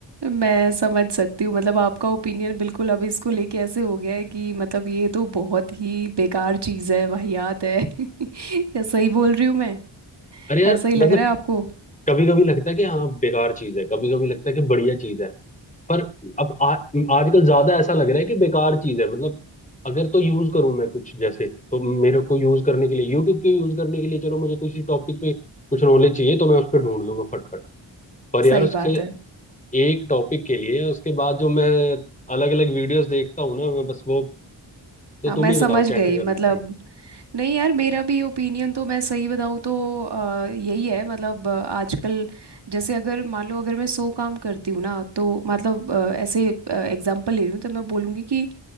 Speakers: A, on the right; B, on the left.
A: मैं समझ सकती हूँ मतलब आपका ओपिनियन बिल्कुल अब इसको लेके ऐसे हो गया है कि मतलब ये तो बहुत ही बेकार चीज़ है वाहियात है <laughs> क्या सही बोल रही हूँ मैं
B: अरे यार
A: ऐसा ही लग
B: मतलब
A: रहा है आपको
B: कभी कभी लगता है कि हाँ बेकार चीज है कभी कभी लगता है कि बढ़िया चीज है पर अब आ, आजकल ज्यादा ऐसा लग रहा है कि बेकार चीज है मतलब अगर तो यूज करूं मैं कुछ जैसे तो मेरे को यूज करने के लिए यूट्यूब के यूज करने के लिए चलो मुझे किसी टॉपिक पे कुछ नॉलेज चाहिए तो मैं उस पर ढूंढ लूंगा फटफट पर
A: सही
B: यार उसके
A: बात है
B: एक टॉपिक के लिए उसके बाद जो मैं अलग अलग वीडियोस देखता हूँ ना मैं बस वो तो
A: हाँ
B: तुम
A: मैं
B: ही
A: समझ
B: बताओ कैसे
A: गई
B: करना
A: मतलब
B: चाहिए
A: नहीं यार मेरा भी ओपिनियन तो मैं सही बताऊँ तो अ, यही है मतलब अ, आजकल जैसे अगर मान लो अगर मैं सौ काम करती हूँ ना तो मतलब अ, ऐसे एग्जांपल ले रही हूँ तो मैं बोलूँगी कि